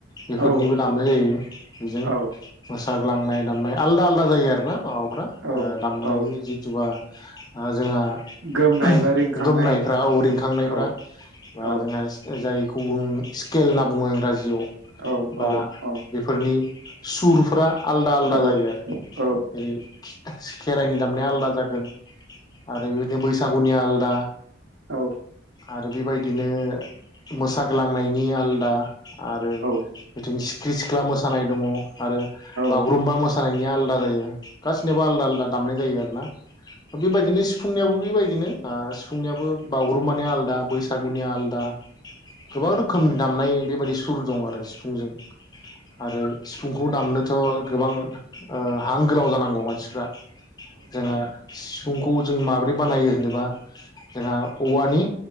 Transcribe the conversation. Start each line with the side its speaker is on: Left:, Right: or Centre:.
Left: बेफोरनिबो
Right: औ
Left: दामनाय जायो बिजों
Right: औ
Left: फ साग्लांनाय दामनाय आलदा आलदा जायो आरोना ओ
Right: औ
Left: दामनाय
Right: औ
Left: जिथु बा आर जोंहा
Right: गोमनाय बा रिंखांनाय
Left: गोमनायफ्रा औ रिंखांनायफ्रा
Right: औ
Left: बा
Right: औ
Left: जोंहा जाय ख गुबुं स्केल होनना बुङो इंराजियाव
Right: औ
Left: बा
Right: औ औ
Left: <unintelligible> सुरफ्रा आलदा आलदा
Right: औ
Left: जायो आरो जेरै
Right: औ
Left: खेराइनि दामनाया आलादा जागोन आरो बिदि बैस सागुनिया आलदा
Right: औ
Left: आरो बेबादिनो मोसाग्लांनायनि आलदा आरो
Right: औ
Left: बिथिं सि <unintelligible> सिख्ला मोसानाय दङ आरो बागुरुम्बा
Right: औ
Left: मोसानायनिया आलदा जायो गासिनियाबबो आलदा-आलदा दामनाय जायो आरोना बेबायदिनो सिफुंनायावबो बेबाय बिदिनो आ फुंनियाबो बागुरुमबानिया आलादा बैसागुनिया आलदा <unintelligible> गोबां रोखोमनि दामनाय बेबायदि सुर दं आरो सिफुंजों आरो सिफुंखौ दामनोथ गोबां ओ हां गोलाव जानांगौ मानसिफ्रा जोङो फुंखौ जों माबोरै बानायो होनोबा जोंहा औवानि